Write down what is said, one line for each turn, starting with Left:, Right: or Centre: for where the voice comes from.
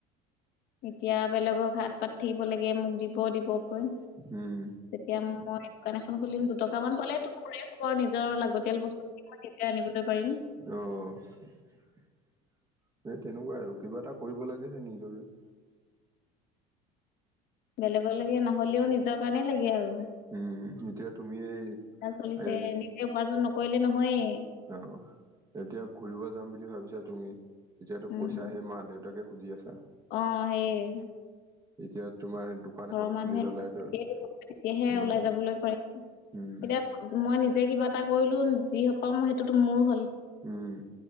Left: এতিয়া বেলেগক হাত পাত থাকিব লাগে মোক দিব দিবকৈ
Right: উম
Left: তেতিয়া মই দোকান এখন খুলিম দুটকা মান পালেটো মোৰে হব আৰু নিজৰ লাগতিয়াল বস্তু তেতিয়া আনিবলৈ পাৰিম।
Right: অ <inaudible> সেই তেনেকুৱাই আৰু কিবা এটা কৰিব লাগেহে নিজৰে
Left: বেলেগৰলৈকে নহ'লেও নিজৰ কাৰণেই লাগে আৰু
Right: উম এতিয়া তুমি এই
Left: চলিছে
Right: এই
Left: নিজে উপাৰ্জন নকৰিলে নহয়েই।
Right: অ এতিয়া ঘুৰিব যাম বুলি ভাবিছা তুমি, এতিয়াতো
Left: উম
Right: পইচা সে মা দেউতাকে খুজি আছা
Left: অ সেই
Right: এতিয়া তোমাৰ দোকান
Left: ঘৰৰ
Right: এখন
Left: মানুহে
Right: খুলি ললাই ধৰ
Left: তেতিয়াহে
Right: উম
Left: ওলাই যাবলৈ পাৰিম।
Right: উম
Left: এতিয়া মই নিজে কিবা এটা কৰিলো যি পামই সেইটোতো মোৰ হ'ল।
Right: উম।